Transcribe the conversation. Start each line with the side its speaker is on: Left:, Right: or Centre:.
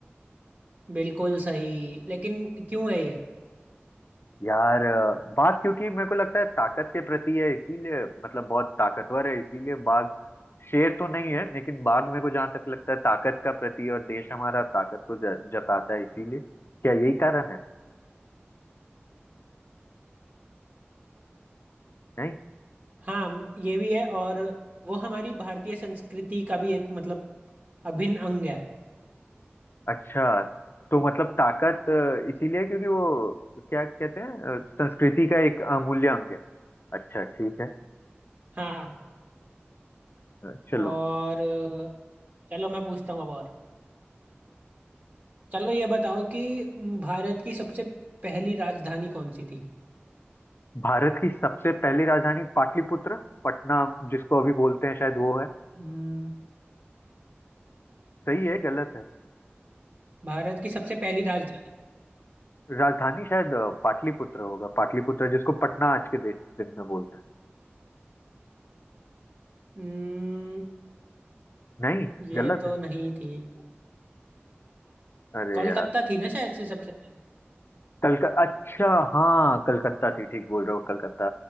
Right: बिल्कुल सही लेकिन क्यों है ये
Left: यार अ, बाघ क्योंकि मेरे को लगता है ताकत के प्रति है इसीलिए मतलब बहुत ताकतवर है इसीलिए बाघ शेर तो नहीं है लेकिन बाघ मेरे को जहां तक लगता है ताकत का प्रति है और देश हमारा ताकत को ज- जताता है इसीलिए क्या यही कारण है नहीं
Right: हाँ ये भी है और वो हमारी भारतीय संस्कृति का भी एक मतलब अभिन्न अंग है
Left: अच्छा तो मतलब ताकत अ, इसीलिए क्योंकि वो क्या कहते हैं अ, संस्कृति का एक अमूल्य अंग है अच्छा ठीक है
Right: हाँ
Left: अ, चलो
Right: और अ, चलो मैं पूछता हूँ अब और चलो ये बताओ कि हम्म, भारत की सबसे पहली राजधानी कौन सी थी
Left: भारत की सबसे पहली राजधानी पाटलिपुत्र पटना जिसको अभी बोलते हैं शायद वो है
Right: हम्म,
Left: सही है गलत है
Right: भारत की सबसे पहली राजधानी
Left: राजधानी शायद अ, पाटलिपुत्र होगा पाटलिपुत्र जिसको पटना आज के दे- दिन में बोलते हैं
Right: हम्म,
Left: नहीं
Right: ये
Left: गलत
Right: तो
Left: है
Right: नहीं थी
Left: अरे
Right: कोलकाता
Left: यार
Right: थी ना शायद से सबसे पहली
Left: कलक अच्छा हाँ कलकत्ता थी ठीक बोल रहे हो कलकत्ता